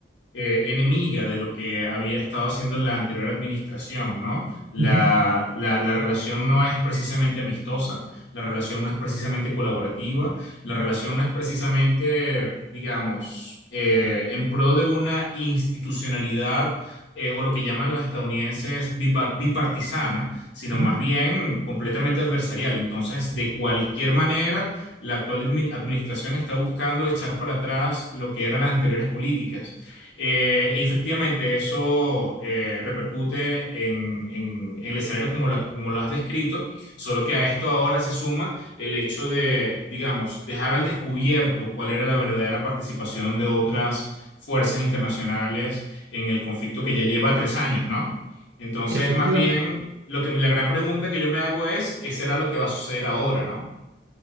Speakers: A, on the left; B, on the right.
A: eh, enemiga de lo que había estado haciendo la anterior administración, ¿no? La,
B: Ujú,
A: la- la relación no es precisamente amistosa, la relación no es precisamente colaborativa, la relación no es precisamente, digamos, eh, en pro de una institucionalidad. eh, o lo que llaman los estadounidenses bipa- bipartisana, sino
B: ujú.
A: más bien completamente adversarial. Entonces, de cualquier manera, la actual admi- administración está buscando echar para atrás lo que eran las anteriores políticas eh, y efectivamente eso eh, repercute en, en- en el escenario como, la- como lo has descrito, solo que a esto ahora se suma el hecho de, digamos, dejar al descubierto cuál era la verdadera participación de otras fuerzas internacionales en el conflicto que ya lleva tres años, ¿no? Entonces,
B: Efectivamente.
A: más bien, lo que, la gran pregunta que yo me hago es, ¿qué será lo que va a suceder ahora, ¿no?